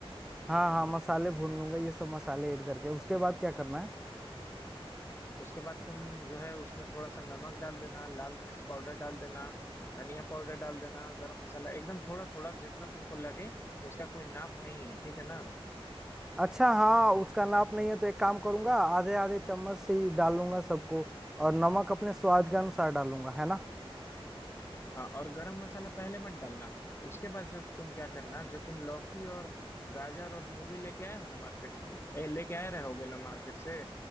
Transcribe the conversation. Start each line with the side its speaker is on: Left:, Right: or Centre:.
Centre: हाँ हाँ मसाले भून लूंगा ये सब मसाले ऐड करके उसके बाद क्या करना है
Left: उसके बाद तुम जो है उसमें थोड़ा सा नमक डाल देना लाल मिर्च पाउडर डाल देना धनिया पाउडर डाल देना गरम मसाला एकदम थोड़ा थोड़ा जितना तुमको लगे उसका कोई नाप नहीं है ठीक है ना
Centre: अच्छा हाँ उसका नाप नहीं है तो एक काम करूंगा आधे आधे चम्मच से ही डालूंगा सबको और नमक अपने स्वाद के अनुसार डालूंगा है ना
Left: हाँ और गरम मसाला पहले मत डालना उसके बाद जो तुम क्या करना जो तुम लौकी और गाजर और मूली लेके आए हो ना मार्केट से ए, लेके आए रहोगे ना मार्केट से